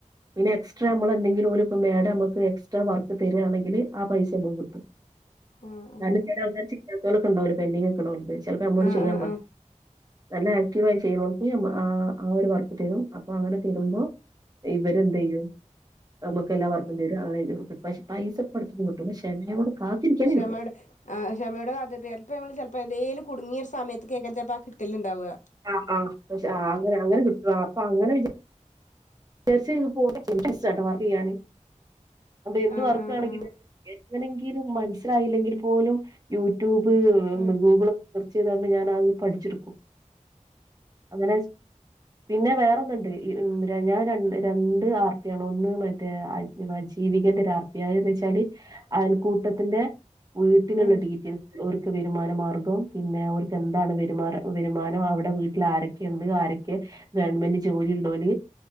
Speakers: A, on the right (about 30°); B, on the left (about 70°).
A: പിന്നെ എക്സ്ട്രാ നമ്മളെന്തെങ്കിലും ഒരുപ്പ മഡം നമ്മക്ക് എക്സ്ട്രാ വർക്ക് തരിയാണെങ്കിൽ ആ പൈസ മ്മക്ക് കിട്ടും
B: ആഹ് ആഹ്
A: കാര്ണം ചേലെ ആൾക്കാർ ചിയ്യത്തൊലൊക്കെ ഉണ്ടാവില്ലോ പെൻഡിങ് ഒക്കണള്ളത് ചിലപ്പോ അമ്മോട്
B: ആഹ്
A: ചെയ്യാൻ
B: ആഹ്
A: പറ
B: ആഹ്
A: നല്ല ആക്റ്റീവയി ചെയ്തോണ്ട് ആ ആ ഒരു വർക്ക് തരും അപ്പൊ അങ്ങനെ തരുമ്പോ ഇവരെന്തയ്യും നമ്മുക്കെല്ലാം വർക്കും തരും അങ്ങനെ പൈ പൈസ ഇപ്പടുത്തൊന്നും കിട്ടും പക്ഷെ ക്ഷമയോടെ കാത്തിരിക്കാനേ
B: ക്ഷമയുടെ
A: കിട്ടും
B: ആ ക്ഷമയുടെ <unintelligible> അപ്പ ചെൽപ്പ എന്തേലും കുട്ങ്ങിയ ഒരു സമയത്ത് കേക്കരം ചെൽപ്പ ആ കിട്ടല്ണ്ടാവ
A: ആ ആ ഷെ ആ അങ്ങനെ അങ്ങനെ കിട്ടു ആ അപ്പ അങ്ങനെ വി ചേര്ച്ച് പോ <unintelligible> ഇഷ്ടാ ട്ടൊ വർക്കെയ്യാന് അപ്പൊ എന്ത്
B: ആ
A: വർക്കാണെങ്കില്
B: ആ ആ
A: എ ങ്ങനെങ്കിലും മനസ്സിലായില്ലെങ്കിൽ പോലും യൂട്യൂബ്
B: ആ
A: ഗൂഗിൾക്കെ ചെയ്താണ്ട് ഞാൻ അത് പഠിച്ച്ട്ക്കും അങ്ങനെ പിന്നെ വേറൊന്ന്ണ്ട് ഈ ഉ ര ഞാൻ രണ്ട് രണ്ട് ആർപ്പിയാണ് ഒന്ന് മറ്റേ അ ജീവികന്റെ ആർപ്പിയ അന്തെച്ചാല് കൂട്ടത്തിന്റെ വീട്ടില്ള്ള
B: ആ ആ
A: ഡീറ്റെൽസ് ഓർ ക്ക് വെരുമാനമാർഗം പിന്നെ ഓൽക്കെന്താണ് വെരുമാന വരുമാനം അവ്ടെ വീട്ടിലാരൊക്കെണ്ട് ആരെക്കെ ഗവൺമെന്റ് ജോലിള്ളോല്